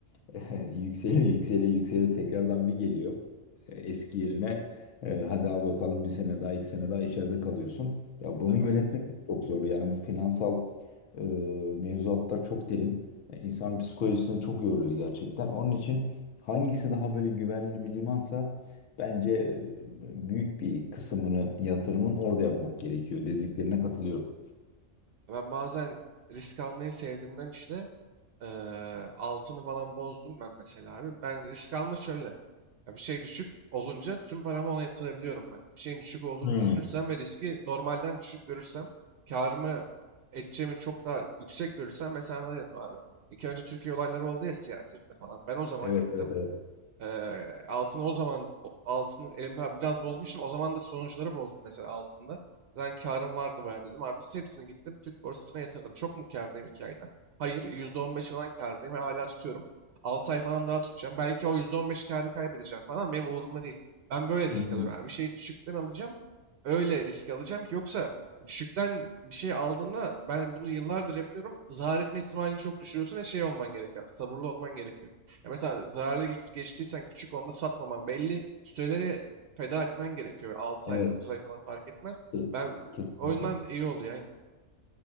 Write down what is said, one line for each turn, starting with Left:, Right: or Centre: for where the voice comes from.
Left: <laughs> Yükseli yükseli yükseli tekrardan bir geliyor e, eski yerine. E, Hadi al bakalım bir sene daha iki sene daha içeride kalıyorsun. Ya
Right: Tabii
Left: bunu yönetmek
Right: aynen.
Left: de çok zor. Yani bu finansal e, mevzuatlar çok derin. E, İnsanın psikolojisini çok yoruyor gerçekten. Onun için hangisi daha böyle güvenli bir limansa bence e, büyük bir kısmını yatırımın orada yapmak gerekiyor. Dediklerine katılıyorum.
Right: Ben bazen risk almayı sevdiğimden işte eee, altını falan bozdum ben mesela abi. Ben risk alma şöyle. Ya bir şey düşük olunca tüm paramı ona yatırabiliyorum ben. Bir şeyin düşük olduğunu
Left: Hmm.
Right: düşünürsem ve riski normalden düşük görürsem karımı edeceğimi çok daha yüksek görürsem mesela ne dedim abi. İki önce Türkiye olayları oldu ya siyasette falan. Ben o zaman
Left: Evet
Right: gittim.
Left: evet evet.
Right: Eee, altını o zaman bo- altını elimden biraz bozmuştum. O zaman da sonuçları bozdu mesela altında. Ben karım vardı bayağı dedim. Abi hepsini gittim Türk borsasına yatırdım. Çok mu kârdayım iki ayda? Hayır %15 falan kârdayım ve hala tutuyorum. 6 ay falan daha tutacağım. Belki o %15 kârı kaybedeceğim falan benim umurumda değil. Ben böyle risk
Left: Hı
Right: alıyorum. abi. Bir şeyi düşükten alacağım. Öyle risk alacağım ki yoksa düşükten bir şey aldığında ben bunu yıllardır yapıyorum. Zarar etme ihtimalini çok düşürüyorsun ve şey olman gerekiyor. abi, Sabırlı olman gerekiyor. Ya mesela zararlı geç- geçtiysen küçük onda satmaman belli süreleri feda etmen gerekiyor. 6
Left: Evet.
Right: ay 9 ay falan fark etmez.
Left: Ke-
Right: Ben
Left: Kesinlikle.
Right: oyundan iyi oluyor aynen.